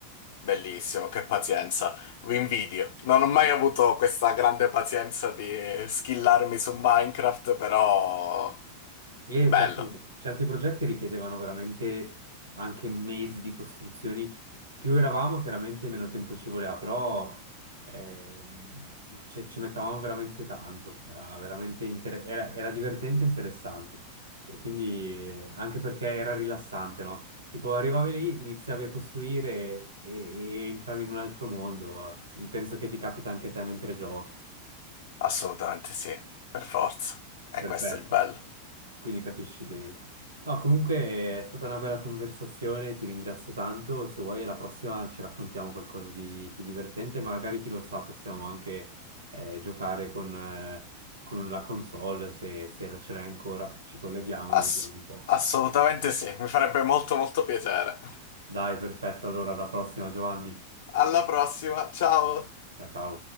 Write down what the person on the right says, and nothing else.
E
certi, certi progetti richiedevano veramente anche mesi di costruzioni. Più eravamo, chiaramente meno tempo ci voleva, però ehm, ce- ci mettavamo veramente tanto. Era veramente inter- era, era divertente e interessante. E quindi eh, anche perché era rilassante, no? Tipo arrivavi lì, iniziavi a costruire e, e entravi in un altro mondo. Penso che ti capita anche a te mentre giochi.
Perfetto
quindi capisci bene. No, comunque è stata una bella conversazione, ti ringrazio tanto. Se vuoi, alla prossima ci raccontiamo qualcosa di più divertente. Magari chi lo sa, possiamo anche eh, giocare con, eh, con la console se, se la ce l'hai ancora. Ci colleghiamo
e vediamo un po'.
Dai, perfetto. Allora, alla prossima, Giovanni.
Ciao, ciao.